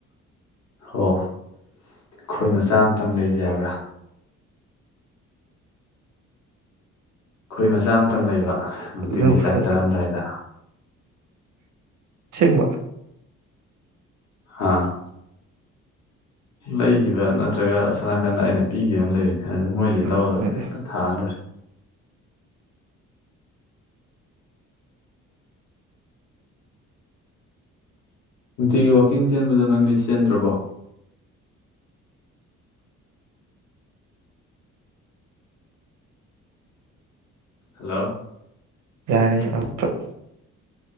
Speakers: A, on the left; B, on the right.
A: ꯑꯣ ꯈꯣꯏ ꯃꯆꯥꯑꯝꯇꯪ ꯂꯩꯖꯦ ꯍꯥꯏꯕ꯭ꯔꯥ꯫ ꯈꯣꯏ ꯃꯆꯥ ꯑꯃꯇꯪ ꯂꯩꯕ ꯅꯨꯡꯇꯤꯒꯤ
B: ꯑꯗꯨꯝ
A: ꯆꯥꯛ
B: ꯐꯔꯗ꯭ꯔꯣ
A: ꯆꯥꯔꯝꯗꯥꯏꯗ꯫
B: ꯁꯦꯡꯕ
A: ꯍꯥꯥ ꯂꯩꯒꯤꯕ ꯅꯠꯇ꯭ꯔꯒ ꯑꯁꯣꯟ ꯅꯥꯀꯟꯗ ꯑꯩꯅ ꯄꯤꯒꯤꯕꯝ ꯂꯩꯕꯅꯤ ꯑꯗꯨꯗ ꯃꯣꯏꯗꯩ ꯂꯧꯔꯒ
B: ꯑꯗꯨꯗ
A: ꯍꯦꯛꯇ ꯊꯥꯔ ꯂꯣꯏꯔꯦ꯫ ꯅꯨꯡꯇꯤꯒꯤ ꯋꯥꯛꯀꯤꯡ ꯆꯦꯟꯕꯗꯣ ꯅꯪꯗꯤ ꯆꯦꯟꯗ꯭ꯔꯕꯣ꯫ ꯍꯜꯂꯣ
B: ꯌꯥꯅꯤ
A: <unintelligible>
B: ꯌꯥꯝ ꯐꯠ